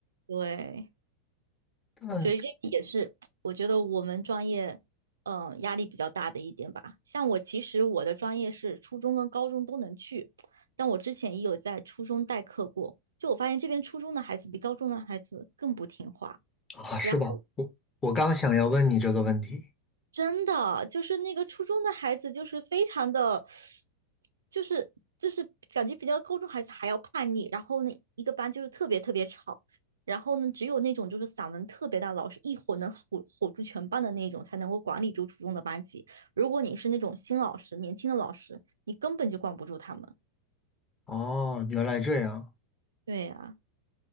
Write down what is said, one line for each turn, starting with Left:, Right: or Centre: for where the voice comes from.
Right: 对，
Left: 嗯
Right: 所以这个也是我觉得我们专业，嗯、压力比较大的一点吧。像我其实我的专业是初中跟高中都能去，但我之前也有在初中代课过，就我发现这边初中的孩子比高中的孩子更不听话。
Left: 啊，是吧？
Right: 然后。
Left: 我我刚想要问你这个问题。
Right: 真的就是那个初中的孩子，就是非常的，就是就是感觉比那个高中孩子还要叛逆。然后呢，一个班就是特别特别吵，然后呢，只有那种就是嗓门特别大，老师一吼能吼吼住全班的那种，才能够管理住初中的班级。如果你是那种新老师、年轻的老师，你根本就管不住他们。
Left: 哦，原来这样。
Right: 对啊，